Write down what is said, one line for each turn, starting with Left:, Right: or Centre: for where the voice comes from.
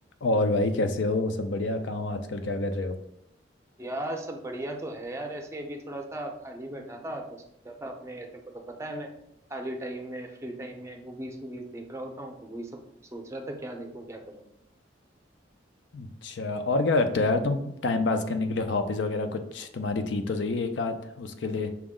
Left: और भाई कैसे हो सब बढ़िया कहाँ हो आजकल क्या कर रहे हो
Right: यार सब बढ़िया तो है यार ऐसे अभी थोड़ा सा खाली बैठा था तो सोचा था अपने तेरे को तो पता है मैं खाली टाइम में फ्री टाइम में मूवीज वूवीज देख रहा होता हूँ तो वही सब सोच रहा था क्या देखूं क्या करूं
Left: अच्छा और क्या करते हो यार तुम टाइम पास करने के लिए हॉबीज वगैरह कुछ तुम्हारी थी तो सही एक आध उसके लिए